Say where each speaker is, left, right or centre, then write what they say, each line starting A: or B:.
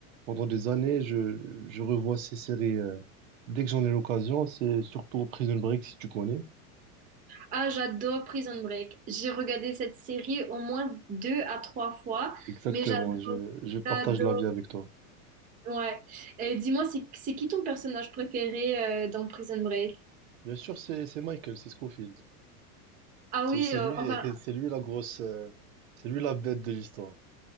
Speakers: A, on the right; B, on the right.
A: pendant des années. Je, je revois ces séries euh, dès que j'en ai l'occasion, c'est surtout Prison Break, si tu connais.
B: Ah, j'adore Prison Break. J'ai regardé cette série au moins deux à trois fois,
A: Exactement,
B: mais j'adore,
A: je, je partage
B: j'adore.
A: l'avis avec toi.
B: Ouais. Et dis-moi, c'est c'est qui ton personnage préféré euh, dans Prison Break?
A: Bien sûr, c'est c'est Michael, c'est Scofield.
B: Ah
A: C'est
B: oui,
A: c'est
B: euh,
A: lui, <laughs>
B: enfin,
A: c'est lui la grosse, euh, c'est lui la bête de l'histoire.